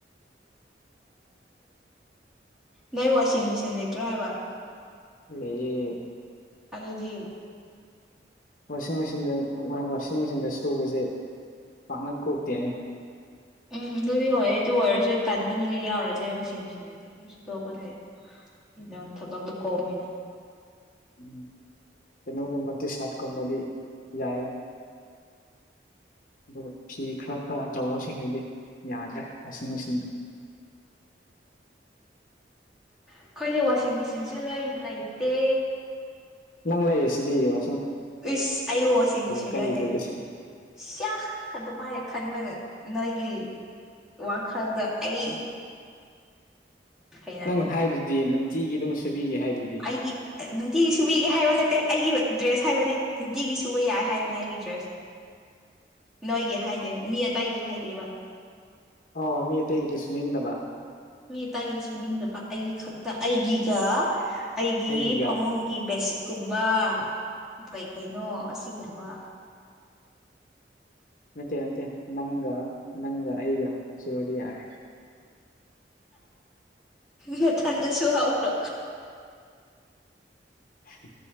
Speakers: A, in the centre; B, on the left (about 50°).
A: ꯅꯣꯏ ꯋꯥꯁꯤꯡ ꯃꯦꯆꯤꯟ ꯂꯩꯇ꯭ꯔꯣ ꯍꯥꯏꯕ
B: ꯂꯩꯌꯦ
A: ꯑꯗꯗꯤ
B: ꯋꯥꯁꯤꯡ ꯃꯦꯆꯤꯟꯗ ꯋꯥꯁꯤꯡ ꯃꯦꯆꯤꯟꯗ ꯁꯨꯕꯁꯦ ꯄꯥꯛꯅ ꯀꯣꯛꯇꯦꯅꯦ <inaudible>
A: ꯎꯝ ꯑꯗꯨꯗꯤ ꯍꯣꯏꯦ ꯑꯗꯨ ꯑꯣꯏꯔꯁꯨ ꯇꯥꯟꯕ ꯅꯨꯃꯤꯠ ꯌꯥꯎꯔꯁꯦ ꯋꯥꯁꯤꯡ ꯃꯦꯆꯤꯟ ꯑꯗꯨ ꯑꯗꯨꯗꯤ ꯑꯗꯨꯝ ꯁꯨꯊꯣꯛꯑꯀꯅꯦ ꯍꯗꯪ ꯊꯕꯛꯇꯣ ꯀꯣꯝꯃꯤꯅ
B: ꯎꯝ ꯀꯩꯅꯣ ꯀꯕꯗꯤꯁ ꯁꯥꯠ ꯀꯕꯗꯤ ꯌꯥꯌꯦ ꯑꯗꯨꯒ ꯐꯤ ꯈꯔ ꯈꯔ ꯑꯆꯧꯕꯁꯤꯡꯁꯤꯗꯤ ꯌꯥꯗ꯭ꯔꯦ ꯋꯥꯁꯤꯡ ꯃꯦꯆꯤꯟꯗ <inaudible>
A: ꯑꯩꯈꯣꯏꯅꯦ ꯋꯥꯁꯤꯡ ꯃꯦꯆꯤꯟꯁꯨ ꯂꯩꯇꯦ
B: ꯅꯪ ꯂꯩ ꯁꯤꯗꯤꯕ
A: ꯏ ꯑꯌꯣ ꯋꯥꯁꯤ ꯃꯁꯤꯟ
B: ꯀꯜꯂꯤꯗꯨꯗꯤ
A: ꯔꯅꯦ ꯁ ꯑꯗꯨ ꯄꯥꯏꯦ ꯈꯪꯕꯒ ꯅꯣꯏꯒꯤ ꯋꯥꯈꯜꯗ ꯑꯩ ꯍꯩꯅꯗꯦ
B: ꯅꯪ ꯍꯥꯏꯗꯨꯗꯤ ꯅꯅꯨꯡ ꯆꯤꯒꯤ ꯑꯗꯨꯝ ꯁꯨꯕꯤꯒꯦ ꯍꯥꯏꯗꯨꯗꯤ
A: ꯑꯩꯒꯤ ꯅꯨꯡꯇꯤꯒꯤ ꯁꯨꯕꯤꯒꯦ ꯍꯥꯏꯕ ꯅꯠꯇꯦ ꯑꯩꯒꯤ ꯗ꯭ꯔꯦꯁ ꯍꯥꯏꯕꯅꯦ ꯅꯨꯡꯇꯤꯒꯤ ꯁꯨꯕ ꯌꯥꯏ ꯍꯥꯏꯕꯅꯦ ꯑꯩꯒꯤ ꯗ꯭ꯔꯦꯁ ꯅꯣꯏꯒꯤ ꯍꯥꯏꯗꯦ ꯃꯤ ꯑꯇꯥꯏꯒꯤ ꯍꯥꯏꯗꯦꯕ
B: ꯑꯣ ꯃꯤ ꯑꯇꯩꯒꯤꯗꯤ ꯁꯨꯅꯤꯡꯗꯕ
A: ꯃꯤ ꯑꯇꯒꯤ ꯁꯨꯅꯤꯡꯗꯕ ꯑꯩꯒꯤ ꯈꯛꯇ ꯑꯩꯒꯤꯒ ꯑꯩꯒꯤ
B: ꯑꯩꯒꯤꯒ
A: ꯐꯃꯨꯡꯒꯤ ꯕꯦꯁꯤꯠ ꯀꯨꯝꯕ ꯀꯩ ꯀꯩꯅꯣ ꯑꯁꯤꯒꯨꯝꯕ
B: ꯃꯦ ꯃꯦ ꯅꯪ ꯅꯪ ꯑꯩꯒ ꯆꯗꯤ ꯌꯥꯦ
A: ꯃ ꯊꯗꯁꯨꯨ ꯍꯧꯥꯎꯇꯣ
B: ꯎ